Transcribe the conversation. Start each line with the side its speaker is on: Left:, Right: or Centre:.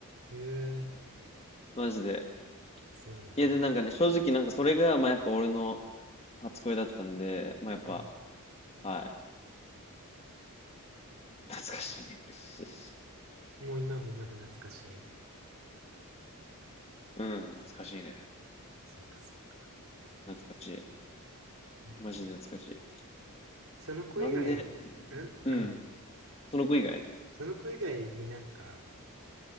Right: へえ、
Left: マジで。
Right: そうなんだ。
Left: いや、で、なんかね、正直なんかそれが、まあやっぱ俺の初恋だったんで、まあやっぱ、
Right: うん
Left: はい。懐かしいねって感じです。
Right: そうもう今もまだ懐かしい。
Left: うん、懐かしいね。
Right: そっかそっか。
Left: 懐かし
Right: うん
Left: い。マジで懐かしい。
Right: その子以外、
Left: なんで、
Right: うんうん。
Left: うん。その子以外
Right: その子以外になんか、